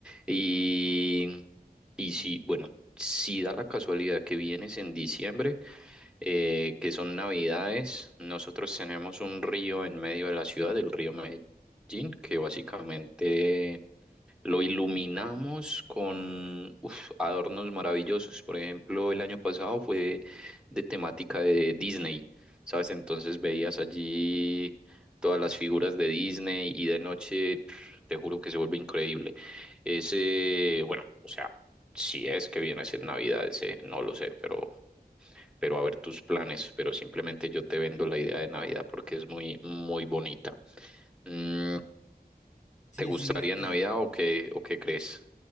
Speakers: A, in the centre; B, on the left.
A: Y, y sí, bueno, si da la casualidad que vienes en diciembre. eh, que son Navidades. Nosotros tenemos un río en medio de la ciudad, el río Medellín, que básicamente lo iluminamos con uf, adornos maravillosos. Por ejemplo, el año pasado fue de temática de Disney, ¿sabes? Entonces veías allí todas las figuras de Disney y de noche, pf, te juro que se vuelve increíble. Ese, bueno, o sea... Si es que viene a ser Navidades, eh, no lo sé, pero pero a ver tus planes, pero simplemente yo te vendo la idea de Navidad porque es muy, muy bonita. Mm,
B: Sí,
A: ¿te gustaría
B: sí, mira que,
A: en Navidad o qué, o qué crees?